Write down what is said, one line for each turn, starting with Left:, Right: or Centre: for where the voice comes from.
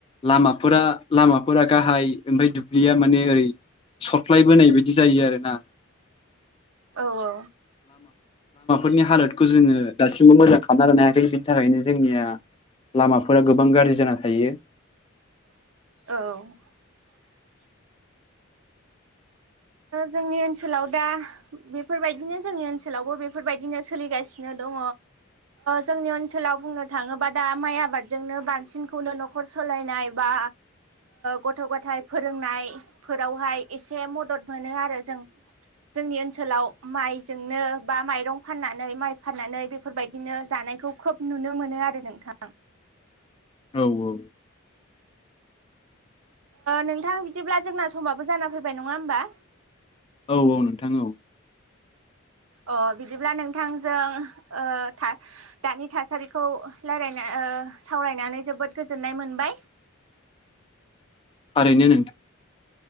Left: लामाफोरा लामाफोरा गाहाय ओमफ्राय दुब्लिया माने ओरै सरफ्लायबोनाय बायदि जायो आरो ना।
Right: औ औ
Left: नि हालोदखौ जोङो दासिमबो मोजां खालामना ल हायाखै बिनि थाखायनो जोंनिया लामाफोरा गोबां गाज्रि जाना थायो।
Right: औ जोंनि ओनसोलाव दा बेफोरबायदिनो जोंनि ओनसोलावबो बेफोरबायदिनो सोलिगासिनो दङ जोंनि ओनसोलाव बुंनो थाङोबा दा माइ आबादजोंनो बांसिनखौनो न'खर सालायनाय बा गथ' गथाय फोरोंनायफोरावहाय एसे मदद जों जोंनि ओनसोलाव माइजोंनो बा माइरं फाननानै माइ फाननानै बेफोरबायदिनो जानायखौ खोब नुनो मोनो आरो नोंथां
Left: औ औ
Right: नोंथां बिदिब्ला जोंना समाबो जाना फैबाय नङा होमबा।
Left: औ औ नोंथां औ
Right: अ बिदिब्ला नोंथांजों दानि थासारिखौ रायलायना सावरायनानै जोबोद गोजोननाय मोनबाय।
Left: ओरैनो नों